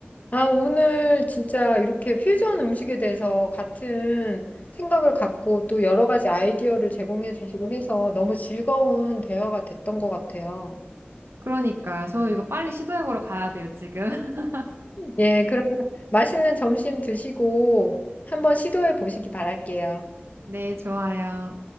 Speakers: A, on the left (about 40°); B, on the right (about 85°).
A: 아, 오늘 진짜 이렇게 퓨전 음식에 대해서 같은 생각을 갖고 또 여러 가지 아이디어를 제공해 주시고 해서 너무 즐거운 대화가 됐던 것 같아요.
B: 그러니까요. 저 이거 빨리 시도해보러 가야 돼요, 지금. <laughs>
A: 예, 그러면 맛있는 점심 드시고 한번 시도해 보시기 바랄게요.
B: 네, 좋아요.